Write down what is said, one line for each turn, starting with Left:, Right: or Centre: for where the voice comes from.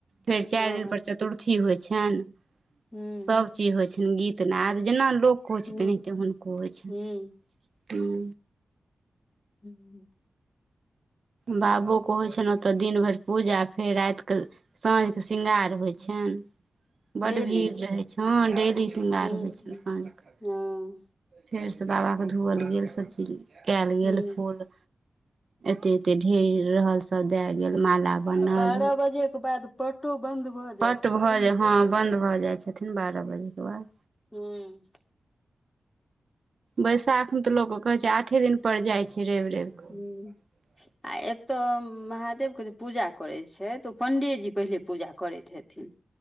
Right: फेर चारि
Left: हँ
Right: दिन पर चतुर्थी होय छैन।
Left: हूँ
Right: सब चीज होय छनि गीतनाद जेना लोक के होय
Left: हूँ
Right: छै तेनाहिते हुनको होय छैन
Left: हूँ
Right: हूँ।
Left: हूँ
Right: बाबोके होय छैन ओतऽ दिन भैर पूजा फेर राति केऽ साँझ के श्रृंगार होय छैन बड
Left: डेली
Right: भीड़ रहेै छैय हॅं डेली, श्रृंगार
Left: हूँ
Right: होय छैन
Left: हँ
Right: साँझके। फेर से बाबा के धोअल गेल सब चीज केएल गेल
Left: हूँ
Right: फूल एते -एते ढे़री रहल सब दय गेल माला बनल
Left: आ बारह बजे के बाद पटो बंद भऽ जाइत
Right: पट
Left: हेतै
Right: भऽ
Left: ने
Right: जा हँ बन्द भऽ जाय छथिन बारह बजे के बाद।
Left: हूँ
Right: बैशाख मे तऽ लोक कहै छै आठे दिन पड़ जाय छैय रैव- रैव कऽ,
Left: हूँ
Right: <unintelligible>
Left: आ एतय महादेव के जे पूजा करै छै तऽ पण्डियेजी पहिले पूजा करैत हेथिन।